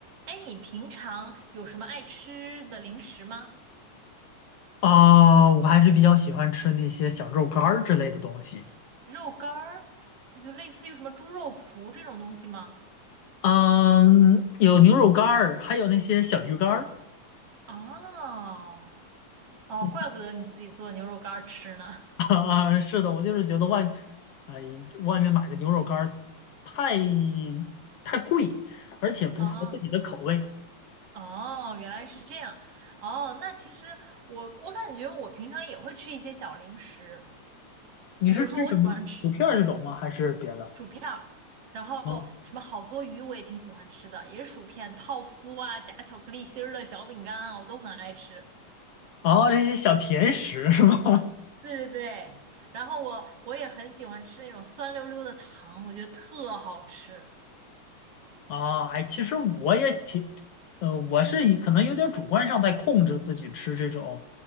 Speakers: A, on the right; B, on the left.
A: 哎，你平常有什么爱吃的零食吗？
B: 啊，我还是比较喜欢吃那些小肉干儿之类的东西。
A: 肉干儿，就类似于什么猪肉脯这种东西吗？
B: 嗯，有牛肉干儿，还有那些小鱼干儿。
A: 啊，哦，
B: <laughs>
A: 怪不得你自己做牛肉干儿吃呢。
B: 啊，是的，我就是觉得外，哎，外面买的牛肉干儿太太贵，而且不合自己的口味。
A: 啊，哦，原来是这样。哦，那其实我我感觉我平常也会吃一些小零食，
B: 你是吃什么？
A: 比如说我喜欢吃
B: 薯片儿这种吗？还是别的？
A: 薯片儿，然后什么好多鱼我也挺喜欢吃的，
B: 嗯，
A: 也是薯片、泡芙啊，夹巧克力心儿的小饼干啊，我都很爱吃。
B: 哦，这些小甜食是吗？<laughs>
A: 对对对，然后我我也很喜欢吃那种酸溜溜的糖，我觉得特好吃。
B: 啊，哎，其实我也挺，呃，我是以可能有点主观上在控制自己吃这种，